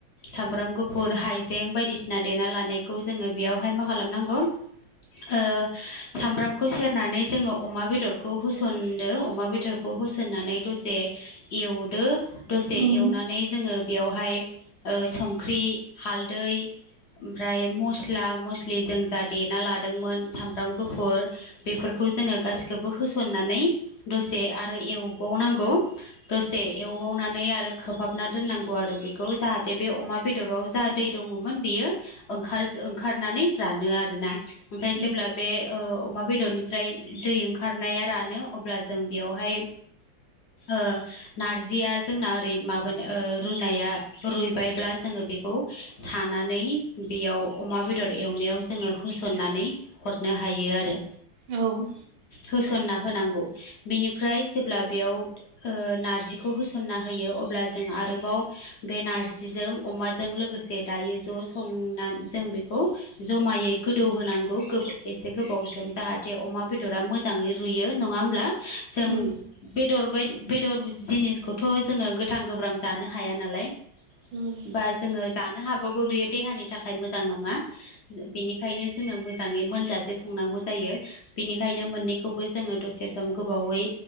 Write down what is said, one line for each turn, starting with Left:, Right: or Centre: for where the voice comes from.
Left: सामब्राम गुफुर हाइजें बायदिसिना देना लानायखौ जोङो बेयावहाय मा खालामनांगौ ओ सामब्रामखौ सेरनानै जोङो अमा बेदरखौ होसनदो अमा बेदर खौ होसन्नानै दसे एवदो दसे
Right: उम
Left: एवनानै जोङो बेयावहाय ओ संख्रि हालदै ओमफ्राय मस्ला मस्लि जों जा देना लादोंमोन सामब्राम गुफुर बेफोरखौ जोङो गासिखौबो होसननानै दसे आरो एवबावनांगौ दसे एवबावनानै आरो खोबहाबना दोननांगौ आरो बेखौ जाहाथे बे अमा बेदराव जा दै दङमोन बियो ओंखार ओंखारनानै रानो आरो ना ओमफ्राय
Right: उम
Left: जेब्ला बे ओ अमा बेदरनिफ्राय दै ओंखारनाया रानो अब्ला जों बेयावहाय ओ नारजिया जोंना ओरै माबानो ओ रुनाया रुइबायब्ला जोङो बेखौ सानानै बेयाव अमा बेदर एवनायाव जोङो होसननानै हरनो हायो आरो
Right: औ
Left: होसनना होनांगौ बेनिफ्राय जेब्ला बेयाव ओ नारजिखौ होसनना होयो अब्ला जों आरोबाव बे नारजिजों अमाजों लोगोसे दायो ज' संना जों बेखौ जमायै गोदौ होनांगौ गोब एसे गोबाव सम जाहाथे अमा बेदरा मोजां मोजाङै रुयो नङा होमब्ला जों
Right: उम
Left: बेदर बायदि बेदर जिनिसखौथ' जोङो गोथां गोब्रां जानो हाया नालाय
Right: उम
Left: बा जोङो जानो हाबाबो बेयो देहानि थाखाय मोजां नङा बेनिखायनो जोङो मोजाङै मोनजासे संनांगौ जायो बेनिखायनो मोननैखौबो जोङो दसे सम गोबावै